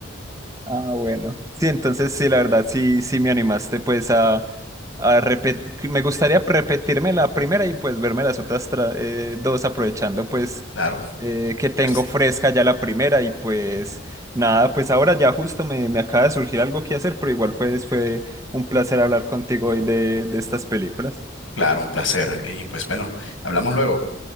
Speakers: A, on the right; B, on the left.
A: Ah, bueno. Sí, entonces sí, la verdad, sí, sí me animaste pues a, a repetir, me gustaría repetirme la primera y pues verme las otras tra- eh, dos aprovechando pues
B: Claro,
A: eh, que tengo
B: pues,
A: fresca ya la primera y pues nada, pues ahora ya justo me, me acaba de surgir algo que hacer, pero igual pues fue un placer hablar contigo hoy de, de estas películas.
B: claro, un placer. Y pues bueno, hablamos luego.